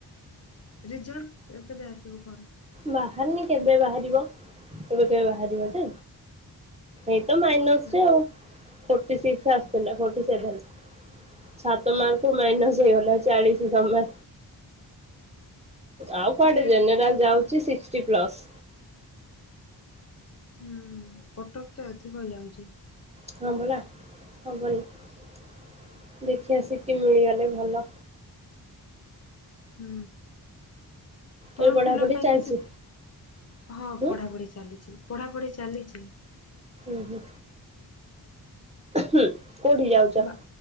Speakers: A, on the left; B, on the right.
A: ରିଜଲ କେ କେବେ ଆସିବ କଣ?
B: ବାହାରିନି କେବେ ବାହାରିବ କେବେ କେବେ ବାହାରିବ ଯେ ଏଇ ତ ମାଇନସ
A: ଆଚ୍ଛା
B: ରେ ଆଉ। ଫୋଟିସିକ୍ସ ଆସିଥିଲା ଫୋଟି ସେଭେନ ସାତ ମାର୍କ ମାଇସ୍ ହେଇଗଲା ଚାଳିଶ ସମାନ। ଆଉ କୁଆଡେ
A: ବିଏଡ୍
B: ଜନ୍ୟ ରାଲ ଯାଉ। Sixty plus.
A: ହୁଁ କଟକ ତ ଅଧିକ ଯାଉଛି।
B: ହଁ ବଲା ହବନି ଦେଖି ଆସିକି ମିଳିଗଲେ ଭଲ।
A: ହୁଁ। ଫର୍ମ
B: ଏବେ ପଢାପଢି
A: ଫିଲ ପାଇଁ
B: ଚାଲିଛି
A: କିଛି ହଁ
B: ହୁଁ।
A: ପଢାପଢି ଚାଲିଛି। ପଢ଼ାପଢ଼ି ଚାଲିଛି।
B: <unintelligible> କୋଉଠି ଯାଉଛ
A: ବା